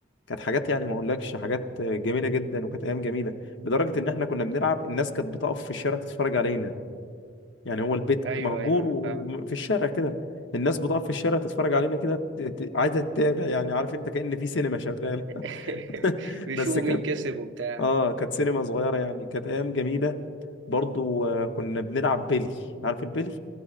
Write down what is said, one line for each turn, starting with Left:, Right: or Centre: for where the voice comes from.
Left: كانت حاجات يعني ما أقولكش حاجات جميلة جدا وكانت أيام جميلة لدرجة إن احنا كنا بنلعب الناس كانت بتقف في الشارع تتفرج علينا يعني هو البيت
Right: أيوه
Left: مهجور
Right: أيوه أنا
Left: وفي
Right: فاهم
Left: الشارع كده الناس بتقف في الشارع تتفرج علينا كده ت- ت- عايزه تتابع يعني عارف انت كأن في سينما شغاله
Right: <laughs>
Left: <laughs>
Right: بيشوفوا
Left: بس كانت
Right: مين كسب وبتاع
Left: اه كانت سينما صغيره يعني كانت ايام جميله برضو آه، كنا بنلعب بيلي عارف البيلي